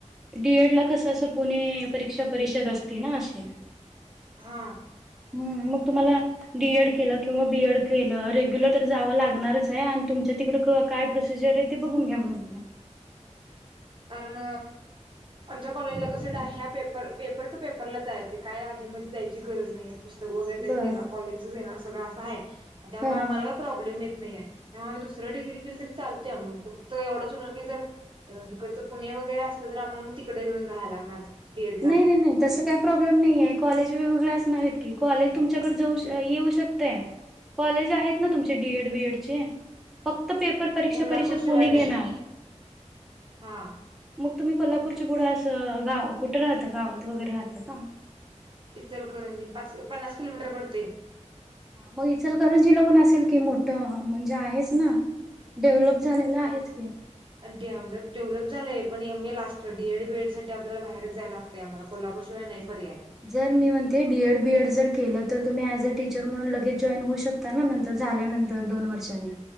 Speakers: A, in the centre; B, on the right.
A: डीएड ला कसं असं पुणे परीक्षा परिषद असती ना असे
B: हा
A: हम्म मग तुम्हाला डीएड केलं किंवा बीएड केलं रेग्युलर तर जावं लागणारच आहे आणि तुमच्या तिकडं क काय प्रोसिजर आहे ती बघून घ्या मग एकदा
B: कारण आमच्या कॉलेजला कसंय ना ह्या पेपरला पेपर टू पेपरला जायचे काय आधीमधी जायची गरज नाहीये पुस्तक वगैरे त्यांनी
A: बर
B: देणार कॉलेजेचं देणार सगळं असं हाय आणि त्यामुळे
A: हा
B: आम्हाला काही प्रॉब्लेम येत नाहीेये त्यामुळं आम्ही दुसरी डिग्री केली तरी चालत्या मंग फक्त एवढंच होणार की जर अ हि तिकडचं पुणे वगैरे असलं तर आम्हाला मग तिकडे येऊन राहायला लागणार डीएड ला
A: नाही नाही नाही तस काही प्रॉब्लेम नाही आहे कॉलेज वेगवेगळे असणार आहेत की कॉलेज तुमच्याकडे जाऊ श येऊ शकतंय कॉलेज आहेत ना तुमचे डीएड बीएड चे फक् क्त पेपर परीक्षा
B: कोल्हापूर
A: परिषद
B: शिवाय
A: पुणे
B: नाहीत
A: घेणार
B: हा
A: मग तुम्ही कोल्हापूरच्या पुढं अस गाव कुठं राहता गावात वगैरे राहता का?
B: इचलकरंजी पाच पन्नास किलोमीटर पडतंय
A: मग इचलकरंजीला पण असेल की मोठं हा म्हणजे आहेच ना डेव्हलप झालेला आहेच
B: हो
A: की.
B: डेव्हलप डेव्हलप झालंय पण एमए ला स्ट डीएड बीएड साठी आपल्याला बाहेरचं जायला लागतंय आम्हाला कोल्हापूरशिवाय नाही पर्याय.
A: जर मी म्हणते डीएड बीएड जर केलंत तर तुम्ही ऍज अ टीचर म्हणून लगेच जॉईन होऊ शकता ना नंतर झाल्यानंतर दोन वर्षांनी